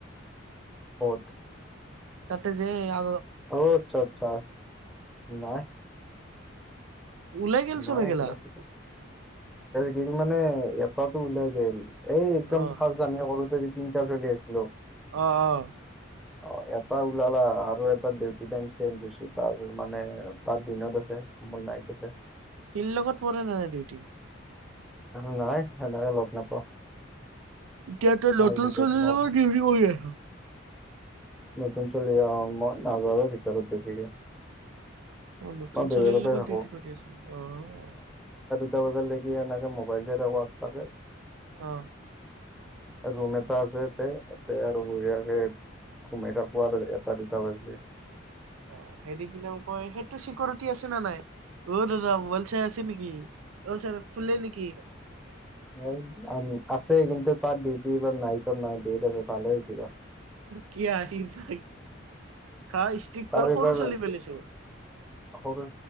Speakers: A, in the centre; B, on the right (about 85°).
A: কত
B: তাতে যে আ
A: অ আচ্ছা আচ্ছা নাই।
B: ওলাই গেল
A: নাই
B: চব সেইগেলা
A: একিলা ছতে গিল মানে এটাতটো ওলাই গল এই একদম
B: অ',
A: ফাৰ্ষ্ট জানি কৰোতে তিনিটা চলি আছিলো।
B: অহ অহ
A: অ এটা ওলালা আৰু এটা ডিউটি টাইম চেঙ্গ হৈছে তাৰ মানে তাৰ দিনত আছে। মোৰ নাইত আছে।
B: শিল লগত পৰে নে নাই ডিউটি
A: অ নাই সনেকে লগ নাপাওঁ
B: এতিয়া তই নতুন
A: আৰু বেলেগ
B: ছোৱালীৰ
A: মই
B: লগত দিওটি কৰি আছ
A: নতুন ছোৱালী অ মই নাযাৱে ভিতৰত বেছিকে
B: অ নতুন
A: মই বেলেগতে
B: ছোৱালীৰ লগত
A: থাকো
B: দেউটি কৰি আছ আহ আহ
A: বজা লৈকে এনেকে মোবাইলটোৱে চাই থাকো তাকে
B: অহ
A: ৰুম এটা আছে ইয়াতে ইয়াতে বঢ়িয়াকে। সোমাই থাকোঁ আৰু এটা দুটা লৈকে।
B: অ হেতি কি কাম কৰে সেইটো চিকৰ কি আছে নে নাই অ দাদা মোবাইল চাই আছে নেকি? অ ছাৰ শুলে নেকি?
A: ন আম - আছে কিন্তু তাত ডিউটি বা নাইটত নাই ডেইট আছে ভালে হৈছে ৰহ।
B: কি আহি তাক খা ষ্টিক
A: তাৰ
B: কৰি
A: এইবাৰ
B: সৰু ছোৱালী পেলিছো
A: সৰু